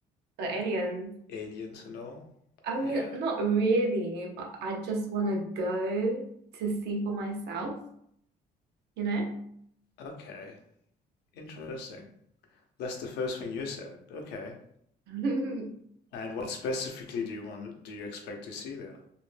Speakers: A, on the right (about 75°); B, on the left (about 80°).
A: the aliens.
B: aliens and all?
A: I
B: Yeah.
A: mean, not really, but I just want to go to see for myself, you know?
B: Okay. Interesting. That's the first thing you said. Okay.
A: <laughs>
B: And what specifically do you want, do you expect to see there?